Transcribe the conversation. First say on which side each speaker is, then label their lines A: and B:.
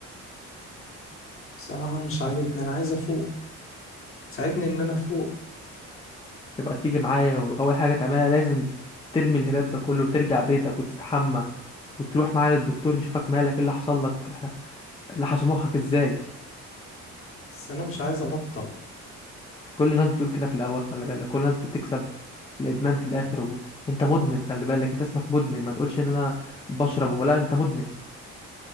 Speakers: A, on the left; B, on the left.
A: بصراحة مش عاجبني انا عايز افوق ساعدني ان انا افوق
B: تبقى تيجي معايا واول حاجة تعملها لازم ترمي الهباب ده كله وترجع بيتك وتستحمى وتروح معايا للدكتور نشوفك مالك ايه اللي حصل لك لحسوا مخك ازاي
A: بس انا مش عايز ابطل
B: كل الناس بتقول كده في الاول خلي بالك كل الناس بتكسب الادمان في الاخر و... انت مدمن خلي بالك انت اسمك مدمن ما تقولش ان انا بشرب وما لا انت مدمن ما